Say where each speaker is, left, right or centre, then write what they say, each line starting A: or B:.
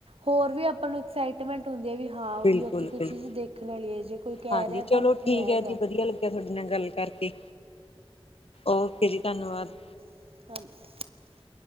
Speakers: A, on the right; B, on the left.
A: ਹੋਰ ਵੀ ਆਪਾਂ ਨੂੰ ਐਕਸਾਈਟਮੈਂਟ ਹੁੰਦੀ ਆ ਵੀ ਹਾਂ ਉਹੀ
B: ਬਿਲਕੁਲ
A: ਉੱਥੇ ਕੋਈ
B: ਬਿਲਕੁਲ
A: ਚੀਜ਼ ਦੇਖਣ ਲਈ ਹੈ ਜੇ ਕੋਈ ਕਹਿ
B: ਹਾਂਜੀ
A: ਰਿਹਾ
B: ਚਲੋ
A: ਤਾਂ ਉੱਥੇ
B: ਠੀਕ
A: ਹੈਗਾ
B: ਹੈ ਜੀ
A: ਅ।
B: ਵਧੀਆ ਲੱਗਿਆ ਤੁਹਾਡੇ ਨਾਲ ਗੱਲ ਕਰਕੇ, ਓਕੇ ਜੀ ਧੰਨਵਾਦ।
A: ਹੈਲੋਂ